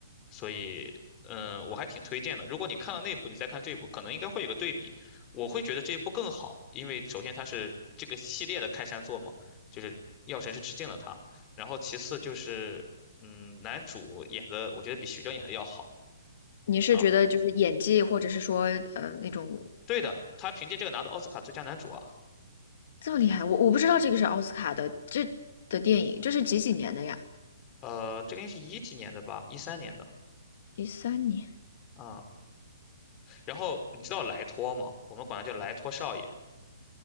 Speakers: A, on the left (about 25°); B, on the left (about 50°).
A: 所以，嗯，我还挺推荐的。如果你看了那部，你再看这部，可能应该会有个对比。我会觉得这一部更好，因为首先它是这个系列的开山作嘛，就是药神是致敬了他。然后其次就是，嗯，男主演的我觉得比徐峥演的要好
B: 你是觉得就是演技，
A: 啊。
B: 或者是说呃那种
A: 对的，他凭借这个拿到奥斯卡最佳男主啊。
B: 这么厉害？我我不知道这个是奥斯卡的这的电影，这是几几年的呀？
A: 呃，这个应该是一几年的吧，一三年的
B: 一三年，
A: 啊。然后你知道莱托吗？我们管他叫莱托少爷